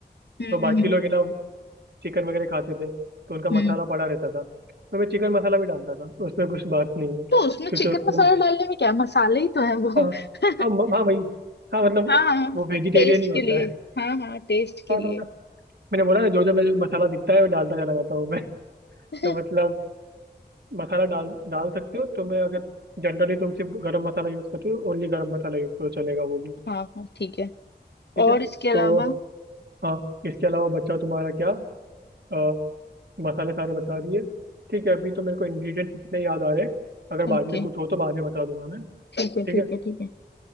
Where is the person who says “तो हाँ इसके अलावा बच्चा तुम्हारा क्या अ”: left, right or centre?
Right